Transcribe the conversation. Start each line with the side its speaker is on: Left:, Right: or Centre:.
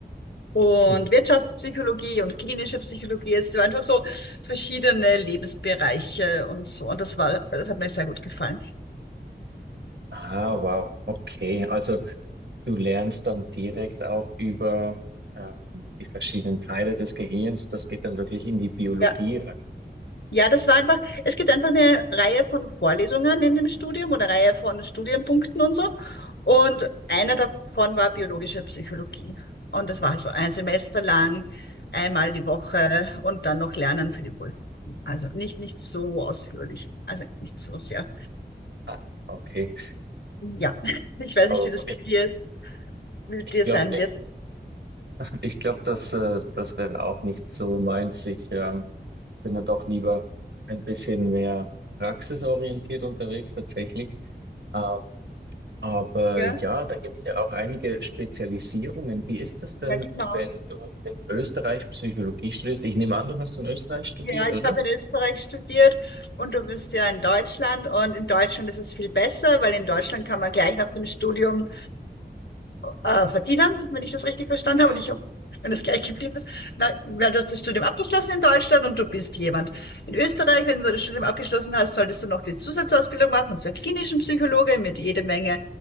Left: Und
Right: Mhm.
Left: Wirtschaftspsychologie und klinische Psychologie, es waren einfach so verschiedene Lebensbereiche und so. Und das war, das hat mir sehr gut gefallen.
Right: Ah, wow, okay. Also Du lernst dann direkt auch über ähm, die verschiedenen Teile des Gehirns. Das geht dann wirklich in die Biologie
Left: Ja.
Right: rein.
Left: Ja, das war einfach, es gibt einfach eine Reihe von Vorlesungen in dem Studium oder Reihe von Studienpunkten und so. Und einer davon war biologische Psychologie. Und das war halt so ein Semester lang, einmal die Woche und dann noch Lernen für die Prüfung. Also nicht, nicht so ausführlich, also nicht so sehr.
Right: Ah, Okay,
Left: Ja, <laughs> ich weiß
Right: aber
Left: nicht, wie
Right: gut,
Left: das bei
Right: ich,
Left: dir ist, wie
Right: ich
Left: dir
Right: glaube,
Left: sein
Right: ich,
Left: wird.
Right: ich glaub, das, äh, das wäre auch nicht so meins. Ich äh, bin dann doch lieber ein bisschen mehr praxisorientiert unterwegs tatsächlich. Ähm, aber
Left: Ja,
Right: ja, da gibt es ja auch einige Spezialisierungen. Wie ist das denn,
Left: ja, genau.
Right: wenn du in Österreich Psychologie studierst? Ich nehme an, du hast in Österreich studiert,
Left: Ja, ich
Right: oder?
Left: habe in Österreich studiert und du bist ja in Deutschland und in Deutschland ist es viel besser, weil in Deutschland kann man gleich nach dem Studium äh, verdienen, wenn ich das richtig verstanden
Right: Mhm.
Left: habe und ich hab- wenn das gleich geblieben ist. Na, na, du hast das Studium abgeschlossen in Deutschland und du bist jemand. In Österreich, wenn du das Studium abgeschlossen hast, solltest du noch die Zusatzausbildung machen zur klinischen Psychologe mit jede Menge